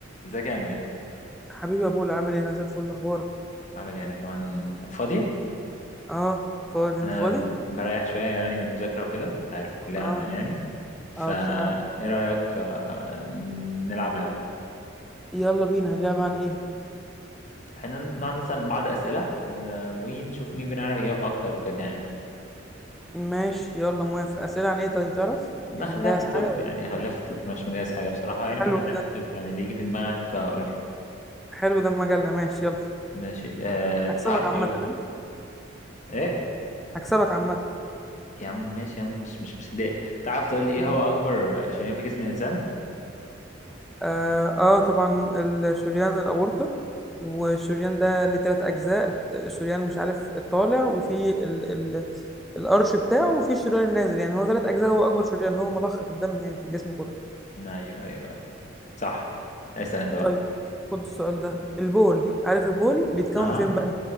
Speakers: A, on the left; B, in the centre.
A: ازيك يا امير
B: حبيبي يا بولا عامل ايه انا زي الفل اخبارك
A: عامل ايه انا كمان فاضي
B: اه فاضي انت
A: انا
B: فاضي
A: بريح شويه يعني من المذاكره وكده انت عارف الكليه
B: اه
A: عندنا يعني فا
B: اه بصراحة
A: ايه رايك آه، نلعب لعبه
B: يلا بينا اللعبة عن ايه
A: احنا نقعد نسال بعض اسئله آه، ونشوف مين فينا يعرف يجاوب اكتر وكده يعني
B: ماشي يلا موافق اسئلة عن ايه طيب تعرف
A: نخليها
B: يعني مجهز
A: في الطب
B: حاجة ولا
A: يعني خليها في الطب انا مش مجهز حاجه بصراحه يعني
B: حلو
A: فخليها
B: ده
A: في الطب يعني اللي يجي في دماغك آه، قول لي
B: حلو ده مجلة ماشي يلا
A: ماشي أه تعرف
B: هكسبك عامة
A: تقول لي
B: ها؟
A: ايه
B: هكسبك عامة
A: يا عم ماشي يا عم مش مش مصدق تعرف تقول لي ايه
B: مم.
A: هو اكبر شريان في جسم الانسان
B: آه, اه طبعا الشريان الاورطة والشريان ده ليه تلات اجزاء الشريان مش عارف الطالع وفي ال ال الارش بتاعه وفي الشريان النازل يعني هو تلات اجزاء هو اكبر شريان هو مضخة الدم يعني في الجسم كله
A: ايوه ايوه ايوه صح اسال انت بقى
B: طيب خد السؤال ده البول عارف البول بيتكون
A: اها
B: فين بقى